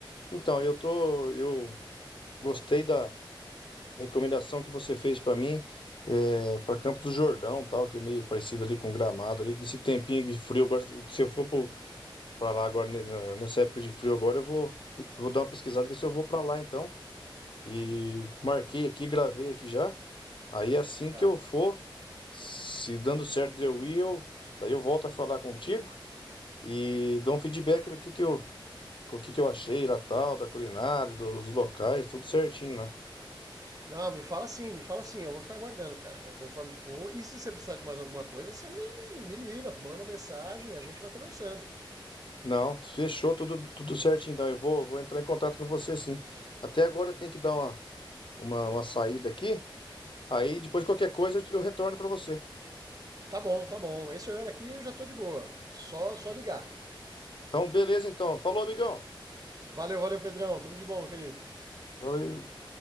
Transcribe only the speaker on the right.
Tá.
Não, me fala sim, me fala sim. Eu vou ficar aguardando, cara, con- conforme for. E se você precisar de mais alguma coisa, você me, me liga, manda mensagem, a gente vai conversando.
Tá bom, tá bom. Esse horário aqui eu já tô de boa. Só, só ligar.
Valeu, valeu, Pedrão. Tudo de bom, meu querido.